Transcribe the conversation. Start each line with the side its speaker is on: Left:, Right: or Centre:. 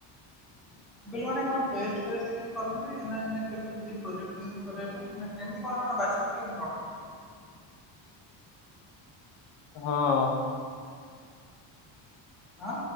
Left: <inaudible>
Centre: <unintelligible> କଣ୍ ଟେଷ୍ଟଫେଷ୍ଟ୍ କିଛି କରନ୍ତି ନା ନାଇଁ କେମିତି କିଛି ପ୍ରୋଜେକ୍ଟ ଦିଅନ୍ତି କରିବା ପାଇଁ ନା କେମିତି କଣ ସେମାନେ ବା ବାଛନ୍ତି କେମିତି କଣ?
Left: <inaudible> ହଁ
Centre: ଆଁ